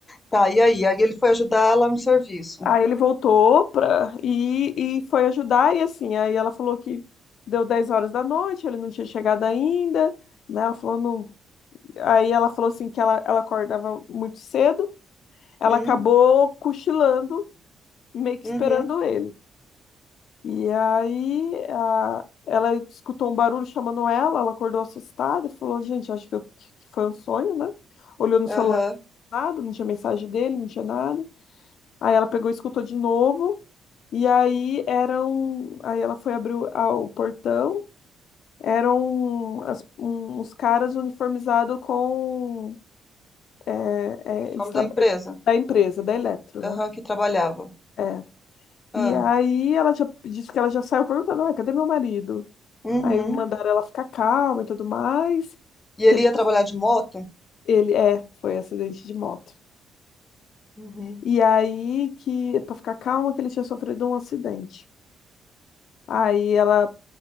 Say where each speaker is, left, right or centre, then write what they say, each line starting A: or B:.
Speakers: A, on the left (about 25°); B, on the left (about 70°).
A: Tá, e aí? Aí ele foi ajudar lá no serviço.
B: Aí ele voltou pra, e, e foi ajudar, e assim, aí ela falou que deu 10 horas da noite, ele não tinha chegado ainda, né? Ela falou, não... Aí ela falou assim que ela, ela acordava muito cedo, ela
A: Hum,
B: acabou cochilando, meio que
A: uhum,
B: esperando ele. E aí a- ela escutou um barulho chamando ela, ela acordou assustada, e falou, gente, acho que, eu- que foi um sonho, né? Olhou no
A: aham.
B: celular, nada, não tinha mensagem dele, não tinha nada. Aí ela pegou e escutou de novo. E aí eram. Aí ela foi abrir o a- o portão. Eram as- um- uns caras uniformizados com. é,
A: Uniforme
B: é, eles trabalham
A: da empresa.
B: da empresa, da Eletro,
A: Aham,
B: né?
A: que trabalhava.
B: É.
A: Ah,
B: E aí ela já disse que ela já saiu perguntando, ah, cadê meu marido?
A: uhum.
B: Aí mandaram ela ficar calma e tudo mais.
A: E ele
B: Que ele
A: ia
B: tinha-
A: trabalhar de moto?
B: ele é, foi acidente de moto.
A: Uhum.
B: E aí que para ficar calma que ele tinha sofrido um acidente. Aí ela